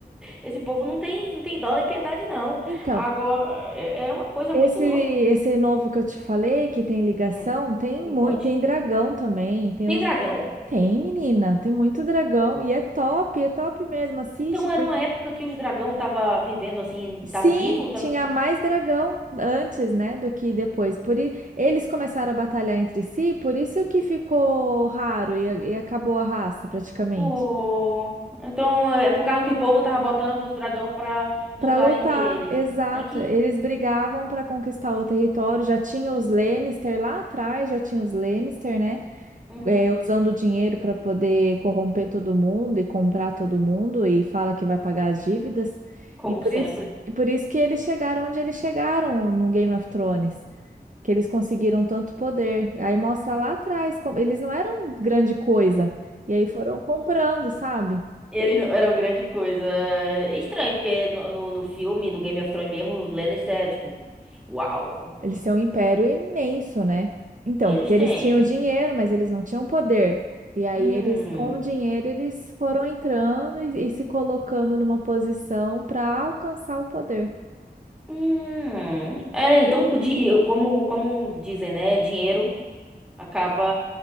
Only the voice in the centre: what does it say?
esse povo não tem, não tem dó nem piedade, não.
Agora, é é uma coisa
muito louca.
Hum,
me
conte.
Tem
dragão?
Então
era uma época que os dragão tava vivendo assim,
tava vivo?
Pô, então é por causa que o povo tava botando os dragão pra lutar
entre eles.
Ai que.
Uhum.
Como
sempre.
Eles não eram grande coisa. É estranho, porque no, no, no filme, no Game of Thrones mesmo, o Lannister é tipo. Uau!
Eles
têm.
Hum.
Hum. É, então, o di- eu- como, como dizem, né? Dinheiro acaba